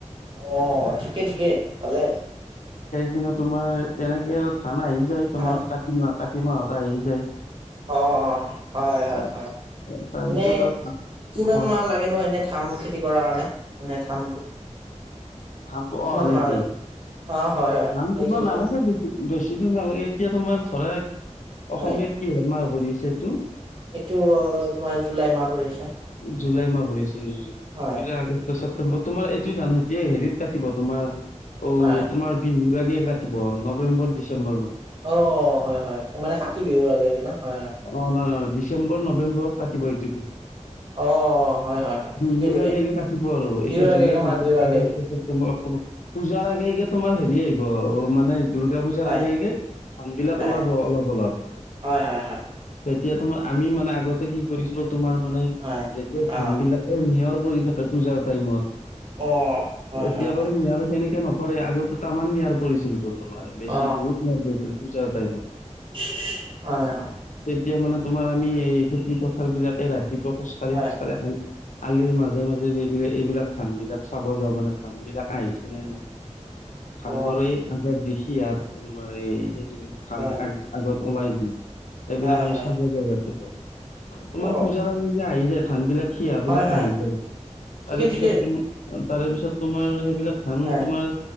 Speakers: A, on the right; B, on the left.
A: অ ঠিকে ঠিকে পালে।
B: দিনত তোমাৰ তেনেকে ধান আহি যায় তোমাৰ
A: হয়
B: কাতি মাহ কাতি মাহটা আহি যায়।
A: অ অ হয় হয়
B: তাৰ
A: হয়
B: তাৰপিছত
A: এনেই
B: আৰু থান
A: কিমান
B: খোৱা
A: মাহ লাগে? কনো এনে ধান খেতি কৰাৰ কাৰণে মানে ধানটো।
B: ধানটো
A: কিমান
B: অ <unintelligible>
A: মাহ লাগে অ হয় হয়
B: ধান
A: এই
B: তোমাৰ
A: তেনেকুৱা
B: নালাগে বেছি বেছি। দিন নালাগে এতিয়া তোমাৰ ধৰা, অসমীয়াৰ
A: হয়
B: কি ধণাৰ ভৰি আছে এইটো?
A: এইটো তোমাৰ জুলাই মাহ পৰি আছে।
B: জুুলাই মাহ পৰিছে <inaudible>
A: হয়
B: জুলাই অগষ্ট চপ্টেম্বৰ। তোমাৰ এইটো ধানতি হেৰিত কাটিব তোমাৰ অ
A: হয়
B: তোমাৰ বিহু। <unintelligible> প নবেম্বৰ ডিচেম্বৰ মানে।
A: অ হয় হয় মানে কাতি বিহুৰ আগে আগে নহ হয়। হয়
B: অ নাই নাই নাই ডিচেম্বৰ নৱেম্বৰতৰত কাটিব এইটো।
A: অ হয় হয় হয়
B: বিহুৰ
A: ঠিকে ঠিকে
B: আগে আগে কাটিব আৰু
A: বিহুৰ
B: এতিয়া
A: আগে
B: জুলাই
A: আগে মাঘ বিহুৰ আগে
B: আগষ্টৰ
A: আগে
B: ছেপটেম্বৰ অক্টোবৰ। পূজাৰ আগে আগে তোমাৰ হেৰি আহিব অ মানে। দূৰ্গা পূজাৰ
A: হয়
B: আগে আগে ধান বিলাক
A: হয়
B: ওলাব অলপ অলপ।
A: হয় হয় হয়
B: তেতিয়া তোমাৰ আমি মানে আগতে কি কৰিছিলো তোমাৰ মানে
A: হয়
B: যেতিয়া ধান
A: অ
B: বিলাকে নিয়ৰ পৰি থাকে পজাৰ টাইমত
A: অ হয়
B: এতিয়া
A: হয় হয়
B: বাৰু নিয়ৰ সেনেকে ন নপৰে আগতে তামাম নিয়াৰ পৰিছিল টোন তোমাৰ ৰেছি
A: অ
B: বহুত নিয়াৰ পৰিছিল পূজাৰ টাইমত।
A: <unintelligible>
B: তেতিয়া মানে তোমাৰ আমি এই খেতি পথাৰ বিলাকে ৰাতিপুৱা খোজ কঢ়ি
A: হয়
B: খোজ কঢ়ি আহম আলিৰ মাজে মাজে এইগিলে এইবিলাক ধান বিলাক চাব যাওঁ মানে ধান বিলাক আহিছেনেে নাই। ধাানৰে
A: অ
B: আজত দেখি আহা থাকে তোমাৰ এইেই। ধান
A: হয়
B: আগ আগত ওলাই য এইবিলাক
A: হয়
B: আমি
A: হয়
B: চাব পাৰ ৰাতিপুৱা। তোমাৰ
A: অ
B: পূজাৰা এই যে আহি যায় চান বিলাক। সিহঁত বিলাক
A: হয় হয়
B: আহিগল
A: ঠিকে
B: তাৰ পিছত
A: ঠিকে
B: সেই বিলাক ধান
A: হয়
B: তোমাৰ